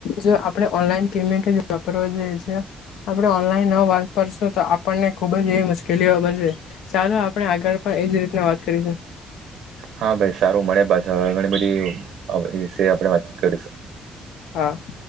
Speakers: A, on the left; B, on the right.
A: જો આપણે ઓનલાઈન પેમેન્ટ જ વાપરવા જેઈએ છે, આપણે ઓનલાઈન ન વાપરશું તો આપણને ખુબ જ એવી મુશ્કેલીઓ બનશે ચાલો આપણે આગળ પણ એજ રીતે વાત કરીશું.
B: હ <inaudible> હા ભાઈ સારું મને ઘણી બધી વિશે આપણે વાતચીત કરીશું.
A: હા <inaudible>